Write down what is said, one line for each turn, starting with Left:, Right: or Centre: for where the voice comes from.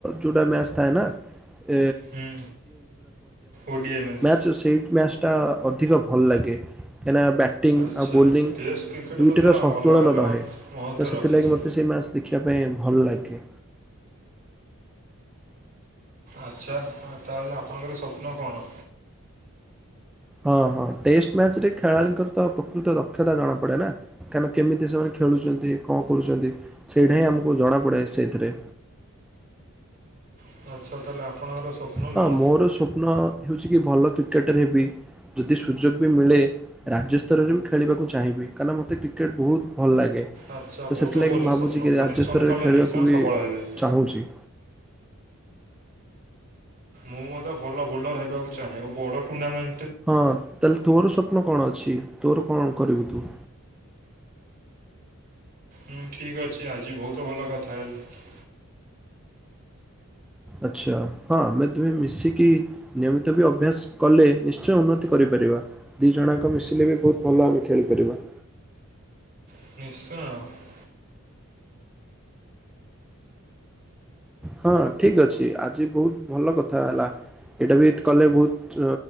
Centre: ଯଉଟା ମ୍ୟାଚ୍ ଥାଏ ନା। <inaudible>
Right: ହୁଁ ଓଡ଼ିଆଇ ମ୍ୟାଚ୍
Centre: ମ୍ୟାଚ୍ ଟା ଅଧିକ ଭଲ୍‌ ଲାଗେ। କାହିଁ--ନା ଟିଙ୍ଗ୍
Right: ଆଚ୍ଛା
Centre: ଆଉ ବୋଲିଙ୍ଗ୍
Right: ଟେଷ୍ଟ କ୍ରିକେଟ୍
Centre: ଦୁଇଟିର
Right: ମଧ୍ୟ
Centre: ସନ୍ତୁଳନ
Right: ଅଲଗା ଅଲଗା
Centre: ରହେ।
Right: ମହତ୍ତ୍ୱ
Centre: ତ ସେଥି
Right: ରଖିଛି
Centre: ଲାଗି ମୋତେ ସେ ମ୍ୟା ଦେଖିବା ପାଇଁ, ଭଲ୍ ଲାଗେ।
Right: ଆଚ୍ଛା, ତା'ହେଲେ ଆପଣଙ୍କର ସ୍ୱପ୍ନ କ'ଣ?
Centre: ହଁ ହଁ, ଟେଷ୍ଟ୍ ମ୍ୟାଚ୍ ରେ ଖେଳାଳିଙ୍କ ର ତ ପ୍ରକୃତ ଦକ୍ଷତା ଜଣା ପଡ଼େନା। ହିଁନା କେମତି ସେମାନେ ଖେଳୁଚନ୍ତି, ଙ୍କ କରୁଚନ୍ତି? ସେଇଟା ହିଁ ଆମକୁ ଜଣାପଡ଼େ ସେଇ ଥିରେ।
Right: <unintelligible> ସ୍ୱପ୍ନ
Centre: ହଁ
Right: କ'ଣ
Centre: ମୋର ସ୍ୱପ୍ନ ହେଉଚି କି ଭଲ କ୍ରିକେଟର୍ ହେବି, ଯଦି ସୁଯୋଗ୍ ବି ମିଳେ। ରାଜ୍ୟ ସ୍ତରରେ ବି ଖେଳିବାକୁ ଚାହିଁବି, ହିଁକିନା ମତେ କ୍ରିକେଟ୍ ବହୁତ୍ ଭଲ୍ ଲାଗେ।
Right: ଆଚ୍ଛା
Centre: ତ
Right: ବହୁତ
Centre: ସେଥି ଲାଗି
Right: ଭଲ
Centre: ମୁଁ ଭାବୁଚି
Right: ସ୍ୱପ୍ନ
Centre: କି,
Right: ପରିଶ୍ରମ
Centre: ରାଜ୍ୟ ସ୍ତରରେ
Right: କଲେ
Centre: ଖେଳିବାକୁ
Right: ନିଶ୍ଚୟ
Centre: ବି
Right: ସଫଳ ହେବେ
Centre: ଚାହୁଁଚି।
Right: ମୁଁ ମ ଭଲ ବୋଲର୍ ହେବାକୁ ଚାହେଁ। ବଡ଼ ଟୁର୍ଣ୍ଣାମେ
Centre: ହଁ ତା'--ଲେ ତୋର ସ୍ୱପ୍ନ କଣ ଅଛି, ତୋର କ'ଣ କରିବୁ ତୁ?
Right: <unintelligible>
Centre: ଆଚ୍ଛା, ହଁ ଆମେ ଦୁହେଁ ମିଶିକି। ନିୟମିତ ବି ଅଭ୍ୟାସ୍‌ କଲେ, ନିଶ୍ଚୟ ଉନ୍ନତି କରି ପାରିବା। ଦି ଜଣ--ଙ୍କ ମିଶିଲେ ବି, ବହୁତ୍ ଭଲ ଆମେ ଖେଳି ପାରିବା।
Right: <unintelligible>
Centre: ହଁ ଠିକ୍ ଅଛି, ଆଜି ବହୁତ୍ ଭଲ କଥା ହେଲା। ଏଇଟା ବିଟ୍ କଲେ ବହୁତ୍